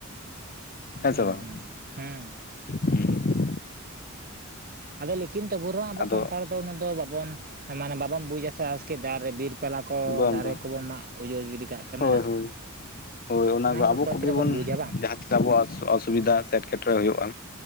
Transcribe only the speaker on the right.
ᱦᱮᱸ
ᱦᱮᱸ ᱦᱮᱸ
ᱟᱫᱚ ᱞᱮᱠᱤᱱ ᱛᱚᱵᱩ ᱨᱮ ᱦᱚᱸ ᱟᱵᱚ
ᱥᱟᱱᱛᱟᱲ ᱩᱱᱟᱹᱜ ᱫᱚ ᱵᱟᱵᱚᱱ ᱢᱟᱱᱮ ᱵᱟᱵᱚᱱ ᱵᱩᱡ ᱟᱮ ᱟᱥᱠᱮ ᱫᱟᱨᱮᱹ ᱵᱤᱨ ᱯᱟᱞᱟ ᱠᱚ
ᱫᱟᱨᱮ
ᱠᱚᱵᱚᱱ ᱢᱟᱜ ᱩᱡᱟᱹᱲ ᱜᱤᱰᱤ ᱠᱟᱜ ᱠᱟᱱᱟ᱾
ᱜᱮ
ᱚᱠᱚᱭ
ᱛᱤᱱᱟᱹᱜ
ᱵᱩᱡᱟ ᱵᱟᱝ